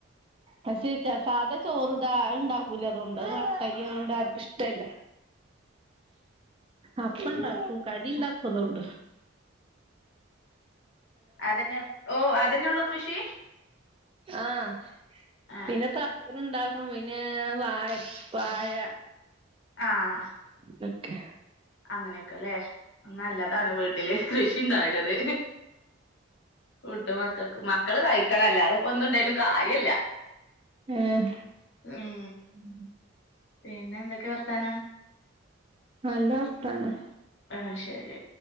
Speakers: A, on the right; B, on the left.
A: പക്ഷെ സാധ ചോറുതാ അത്ണ്ടാക്കൂല ഇതോണ്ട് അത് മാട്ടരി അയോണ്ട് ആർക്കു ഇഷ്ടല്ല
B: <inaudible>
A: അപ്പണ്ടാക്കും കടിണ്ടാക്കോതോണ്ട്
B: അതന്നെ ഓ അതന്നെള്ളൂ കൃഷി
A: ആഹ്
B: ആഹ്
A: പിന്നെപ്പ ണ്ടാക്കും പിന്നെ വാഴ വാഴ
B: ആഹ്
A: തൊക്കെ
B: അങ്ങനെയൊക്കെല്ലെ നല്ലതാണ് വീട്ടില് കൃഷി ഉണ്ടാവണത് ഫുഡ് മക്കക്ക് മക്കള് കഴിക്കണോ അല്ലാതപ്പോ ഒന്നുണ്ടായിട്ടു കാര്യല്ല
A: ഏഹ്
B: ഉം
A: ഉം
B: പിന്നെ എന്തൊക്കെ വർത്താനം
A: നല്ല വർത്താനം
B: ആ ശെരി